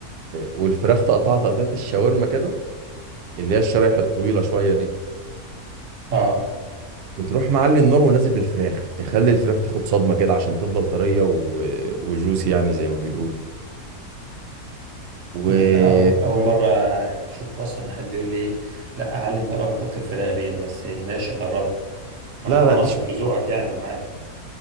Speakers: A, on the right; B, on the right.
A: والفراخ تقطعها تقطيعه الشاورما كده اللي هي الشرايح الطويله شويه دي
B: اه
A: وتروح معلي النار ونازل بالفراخ تخلي الفراخ تاخد صدمه كده عشان تفضل طريه و... وجوسي يعني زي ما بيقولوا و
B: الأول أول مرة يعني أشوف وصفة إن حد يقول لي إيه، لا أعلي النار أو أحط الفراخ دي بس ماشي أجربها
A: لا
B: أنا طبعا
A: لا دي
B: أثق
A: شويه
B: في ذوقك يعني ومعاك